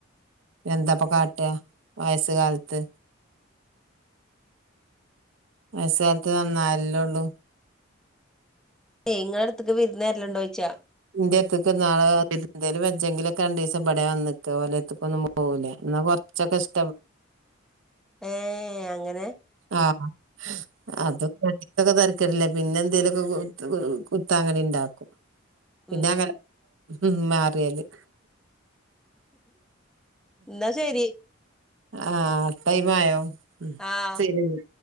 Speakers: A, on the right; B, in the centre.
A: എന്താപ്പൊ കാട്ട വയസ്സ് കാലത്ത്. വയസ്സ് കാലത്ത് നന്നായാലല്ലൊള്ളു.
B: ഇങ്ങളട്ത്ത്ക്ക് വിര്ന്നെര്ല്ണ്ടോയച്ച
A: ഇന്റെര്ത്തക്ക നാെന്തേൽ വെച്ചെങ്കില ഒക്ക രണ്ട് ദിവസം ഇവടെ വന്നിക്ക ഓലെ എടുത്ത് ക്ക് ഒന്നും പോ പോവൂലെ ന്നാ കൊർച്ചൊക്കെ ഷ്
B: ഏഹ് അങ്ങനെ
A: ആഹ് അത്. പ്പൊക്കെ തെര്ക്കട്ല്ല പിന്നെന്തേലു ഒക്കെ കുത്താങ്ങനീണ്ടാക്കും. പിന്നങ്ങനെ
B: ഉം
A: മ്മാറിയല്.
B: ഇന്നാ ശരി.
A: ആഹ് ടൈമായോ? ഉം
B: ആഹ്
A: സരിന്നാ